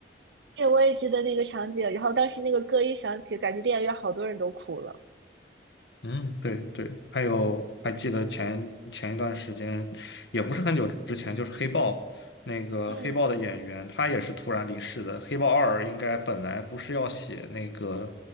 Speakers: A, on the right (about 80°); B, on the left (about 75°).
A: 对，我也记得那个场景。然后当时那个歌一响起，感觉电影院好多人都哭了。
B: 嗯，对对，还有还记得前前一段时间，也不是很久之前，就是黑豹那个黑豹的演员，
A: 嗯，
B: 他也是突然离世的。黑豹二应该本来不是要写那个，